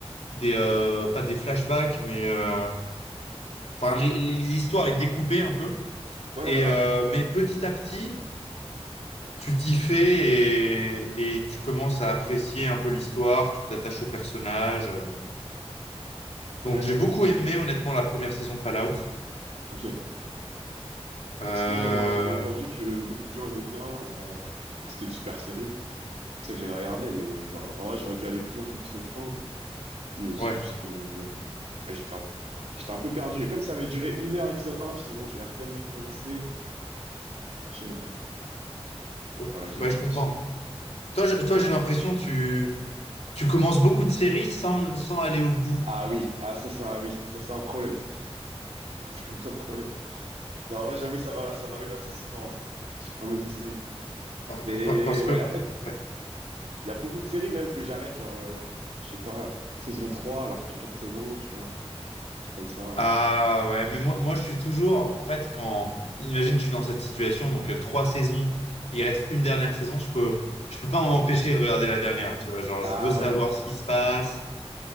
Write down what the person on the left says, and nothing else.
des euh, pas des flashbacks, mais euh, enfin, les- les- l'histoire est découpée un peu.
Et
euh,
mais petit à petit, tu t'y fais et, et tu commences à apprécier un peu l'histoire. Tu t'attaches au personnage. euh,
Donc j'ai
beaucoup
aimé honnêtement la première saison de Fallout.
Euh,
ouais,
Oh,
ouais,
je
comprends. Toi, je- toi, j'ai l'impression que tu tu commences beaucoup de séries sans sans aller au bout
Par-
par- parce
que
ouais.
ah ouais, mais moi moi je suis toujours en fait quand imagine je suis dans cette situation donc euh, trois saisons, il reste une dernière saison, je peux je peux pas m'empêcher de regarder la dernière, tu vois, genre
je veux savoir
ce qui se passe.